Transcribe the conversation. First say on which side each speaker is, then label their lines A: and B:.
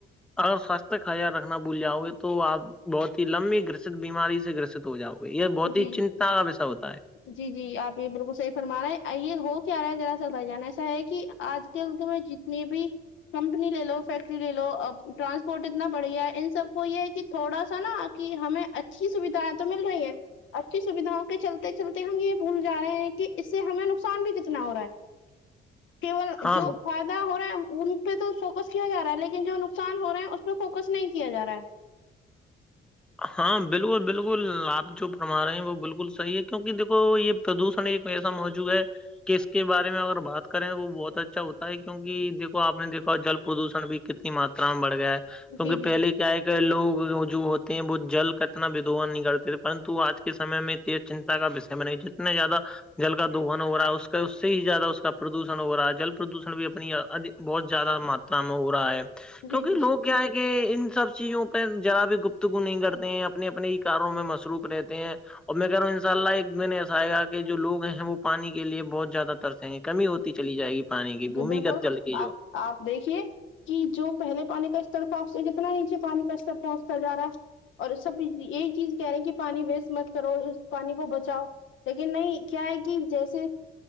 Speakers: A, in the centre; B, on the left.
A: اگر سوستھ خل رکھنا بھول جاؤ گے تو آپ بہت ہی لمبی گرست بیماری سے گرست ہو جاؤ گا یہ بہت
B: جی
A: ہی چنتا کا پسا ہوتا ہے
B: جی جی آپ یہ بالکل صح فرما رہے ہیں یہ ہو کیا رہا ہے جراصل بھائی جان ایسا ہے کہ آج کے انک میں جتنی بھی کمپنی لے لو فیکٹری لے لو اب ٹرانسپورٹ اتنا بڑھیا ہے ان سب کو یہ ہے کہ تھوڑا سا نا کہ ہمیں اچھی سویدھائیں تو مل رہی ہیں اچھی سویدھاؤں کے چلتے چلتے ہم یہ بھول جا رہے ہیں کہ اس سے ہمیں نقصان بھی کتنا ہو رہا ہے کیول
A: ہاں
B: جو ف ہو رہا ہے ان پہ تو فوکس کیا جا رہا ہے لیکن جو نقصان ہو رہا اس پہ فوکس نہیں کیا جا رہا ہے
A: ہاں بالکل بالکل آپ جو فرما رہے ہیں وہ بالکل صحیح ہے کیونکہ دیکھو یہ تو دوسرا ایک ایسا موجوع ہے کس کے بارے میں اگر بات کریں تو وہ بہت اچھا ہوتا ہے کیونکہ دیکو آپ نے دیکھا جل پردوشن بھی کتنی ماتا میں بڑھ گیا ہے کیونکہ
B: جی جی
A: پہلے کیا ہے کہ لوگ جو ہو وہ جل کا اتنا ودوا نہیں کرتے تھے پرنتو آج کے سم میں ت چنتا کا وشے ب نہیں جتنے زیادہ جل کا دوہن ہو رہا ہے اس کا اس سے ہی زیادہ اس کا پردوشن ہو رہا ہے جل پردوشن بھی اپنی بہت زیادہ ماتا میں ہو رہا ہے کیونکہ
B: جی جی
A: لوگ کیا ہے کہ ان سب چیزوں پہ جذرا بھی گپت نہیں کرتے ہیں اپنے اپنے کاروں میں مصروف رہتے ہیں اور میں کہ رہا ہوں ان شاء اللہ ایک دن ایسا آئےا کہ جووگ ہیں وہ پانی کے لی بہت زیادہ ترسیں گے کمی ہوتی چلی
B: جی
A: جائے گی پانی کی
B: جی
A: بھمیگت
B: بالکل
A: جل کی جو
B: آپ آپ دیکھیے کہ جو پہل پانی کا استر پہچ جتنا نیچے پانی کا استر پہنچتا جا رہا ہے اور سب یہی چیز کہہ رہے ہیں کہ پانی ویسٹ مت کرو پانی کو بچاؤ لیکن نہیں کیا ہے کہ جیسے